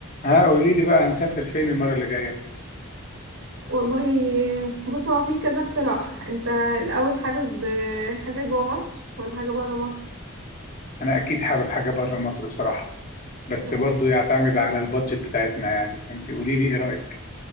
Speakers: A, on the left (about 40°); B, on the right (about 75°).
A: ها قولي لي بقى هنسافر فين المرة اللي جاية
B: والله بص هو في كذا اقتراح انت الاول حابب آه، حاجه جوه مصر ولا حاجه بره مصر
A: انا اكيد حابب حاجة بره مصر بصراحة بس
B: <laughs>
A: برضو يعتمد
B: آه،
A: على البادجت بتاعتنا يعني فانت قولي لي ايه رأيك